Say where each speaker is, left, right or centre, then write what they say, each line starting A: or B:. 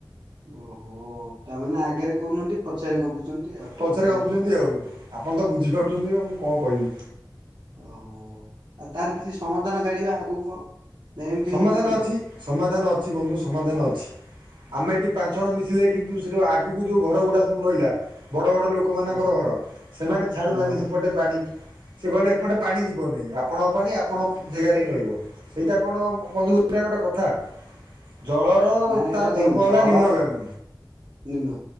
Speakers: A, on the right; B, on the right.
A: ଓହୋ ତାମାନେ ଆଗରେ କହୁନାହାନ୍ତି ପଛରେ ଗପୁଛନ୍ତି ଆଉ
B: ପଛରେ
A: ତାମାନେ
B: ଭାବୁଛନ୍ତି
A: ଏଇଆ
B: ଆଉ ଆପଣ ତ ବୁଝିପାରୁଛନ୍ତି
A: ଓ
B: ଆଉ ମୁଁ କଣ କହିବି?
A: ଓହୋ ଆଉ ତାର କିଛି ସମାଧାନ କାଢ଼ିବା ଆଗକୁ କଣ? ନା ଏମିତି
B: ସମାଧାନ
A: ହେଇକି ଥିବ
B: ଅଛି ସମାଧାନ ଅଛି ବନ୍ଧୁ ସମାଧାନ ଅଛି। ଆମେ ଏଠି ପାଞ୍ଚ ଜଣ ମିଶିଲେ କିନ୍ତୁ ସେ ଯୋଉ ଆଗକୁ ଯୋଉ ଘର ଗୁଡା ସବୁ ରହିଲା ବ ବଡ଼ ବଡ଼ ଲୋକମାନଙ୍କର
A: ହଁ
B: ଘର। ସେମାନେ ଛାଡ଼ୁନାହାଁନ୍ତି
A: ହଁ ଘର
B: ସେପଟେ ପାଣି। ସେ କହିଲେ ଏପଟେ ପାଣି ଯିବନହିଁ ଆପଣଙ୍କ ପାଣି ଆପଣ ଜାଗାରେ ହିଁ ରହିବ ସେଇଟା। କଣ ବନ୍ଧୁ ଏଟାଗୋଟେ କଥା। ଜଳର
A: ନାଇଁ
B: ତାର
A: ଏଟା ଠିକ
B: ଧର୍ମ
A: ଜଳ
B: ହେଲା ନିମ୍ନଗାମୀ
A: ନୁହଁ